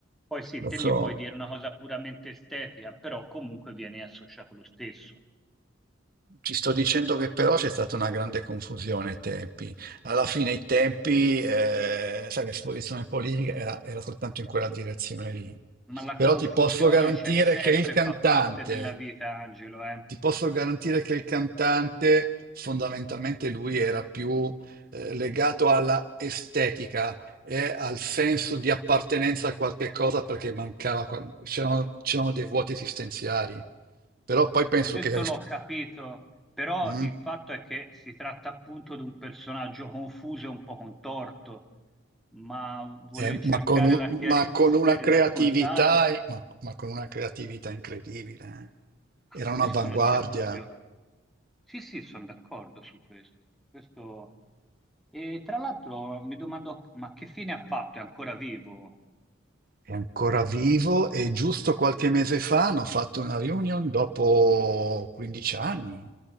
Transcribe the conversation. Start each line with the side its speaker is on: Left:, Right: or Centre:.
Centre: Poi sì,
Right: Lo
Centre: te
Right: so.
Centre: mi puoi dire una cosa puramente estetica, però comunque viene associato lo stesso.
Right: Ti sto dicendo che però c'è stata una grande confusione ai tempi. Alla fine i tempi, eh, sai, l'esposizione politica era, era soltanto in quella direzione lì.
Centre: Ma la
Right: Però
Centre: confusione
Right: ti posso garantire
Centre: c'è sempre,
Right: che il cantante,
Centre: fa parte della vita, Angelo, eh.
Right: ti posso garantire che il cantante fondamentalmente lui era più eh, legato alla estetica e al senso di appartenenza a qualche cosa perché mancava, qua- c'erano c'erano dei vuoti esistenziali. Però poi penso
Centre: Questo
Right: che...
Centre: l'ho capito, però
Right: mm,
Centre: il fatto è che si tratta appunto di un personaggio confuso e un po' contorto, ma voler
Right: eh,
Centre: cercare
Right: ma, con un-
Centre: la chiarezza
Right: ma con una
Centre: <laughs> per
Right: creatività,
Centre: raccontarlo,
Right: ma, ma con una creatività incredibile. eh.
Centre: a
Right: Era
Centre: codesto
Right: un'avanguardia,
Centre: non c'è dubbio. Sì, sì, sono d'accordo su questo. Questo- E tra l'altro mi domando, ma che fine ha fatto? È ancora vivo?
Right: è ancora vivo e giusto qualche mese fa hanno fatto una reunion dopo 15 anni.